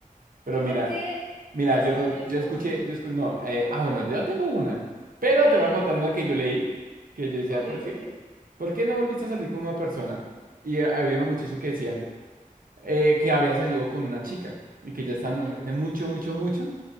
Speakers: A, on the right; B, on the left.
A: Pero
B: ¿Tú
A: mira,
B: por qué
A: mira,
B: no
A: yo,
B: saldrías
A: yo
B: con...
A: escuché, yo escu- no, eh, ah, bueno, yo tengo una. Pero
B: A
A: te
B: ver,
A: voy a contar una que yo leí, que yo decía,
B: Ogis,
A: ¿por qué,
B: Ogis.
A: por qué no volviste a salir con una persona? Y eh, había una muchacha que decía, eh, que había salido con una chica y que ya estaban
B: Ujú,
A: hablando hace mucho, mucho, mucho